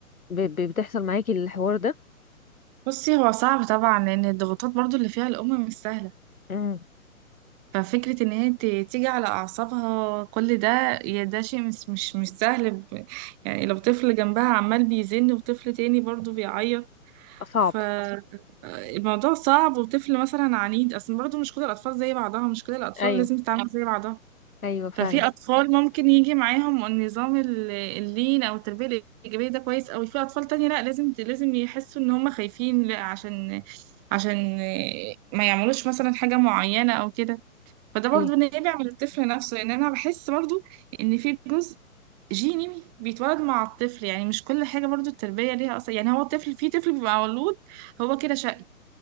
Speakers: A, on the left; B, on the right.
A: ب... ب... بتحصل معاكي الحوار ده
B: بصي هو صعب طبعا لأن الضغوطات برضه اللي فيها الأم مش سهلة
A: امم
B: ففكرة إن هي ت- تيجي على أعصابها كل ده يا ده شيء مش مش مش سهل ب- يعني لو طفل جنبها عمال بيزن وطفل تاني برضه بيعيط
A: صعب
B: ف- الموضوع صعب وطفل مثلا عنيد اصلا برضه مش كل الاطفال زي بعضها مش كل الاطفال
A: ايوه
B: لازم تتعامل زي بعضها
A: ايوه فعلا
B: ففي اطفال ممكن يجي معاهم النظام ال- اللين او التربيه الايجابيه ده كويس قوي في اطفال تانية لا لازم لازم يحسوا ان هم خايفين لا عشان عشان ما يعملوش مثلا حاجه معينه او كده فده برضو
A: ايوه
B: نابع من الطفل نفسه لان انا بحس برضو ان في جزء جيني بيتولد مع الطفل يعني مش كل حاجة برضو التربية ليها أصلا يعني هو الطفل في طفل بيبقى مولود هو كده شقي